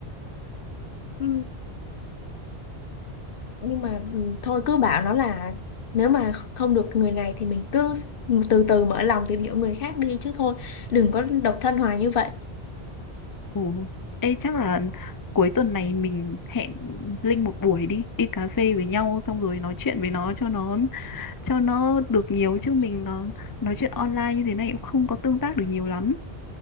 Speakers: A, on the left; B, on the left.
A: Ừ. Nhưng mà ừ, thôi cứ bảo nó là nếu mà không được người này thì mình cứ từ từ mở lòng tìm hiểu người khác đi chứ thôi, đừng có độc thân hoài như vậy.
B: ồ ê chắc là cuối tuần này mình hẹn Linh một buổi đi đi cà phê với nhau xong rồi nói chuyện với nó cho nó cho nó được nhiều chứ mình ờ, nói chuyện online như thế này cũng không có tương tác được nhiều lắm